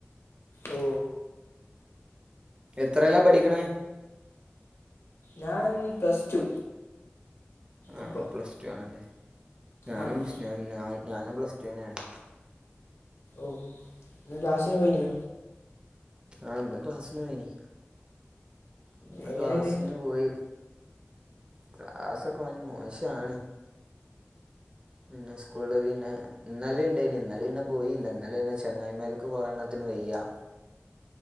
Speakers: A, on the left; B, on the right.
A: ഓ
B: എത് എത്രലാ പഠിക്ക്ണേ
A: ഞാൻ പ്ലസ് ടു
B: ആ
A: ഇപ്പം
B: പ്ലസ് ടു ആണല്ലേ ഞാനും
A: ആഹ് ആഹ്
B: സ് ഞാൻ ഞാനും പ്ലസ് ടു തന്ന്യാണ്
A: ഓ ന്ന് ക്ലാസിന് പോയിന്യോ
B: ആ ഇന്ന് ക്ലാസ്സിനോയിനി ഇന്ന്
A: എങ്ങനെണ്ട്
B: ക്ലാസ്സിന് പോയി ക്ലാസൊക്കെ വൻ മോശാണ് പിന്നെ സ്കൂള് പിന്നെ ഇന്നലിണ്ടേനി ഇന്നലെ ന്ന് പോയില്ല ഇന്നലെ എന്റെ ചെങ്ങായിമാർക്ക് കൊറേണ്ണത്തിന് വയ്യാ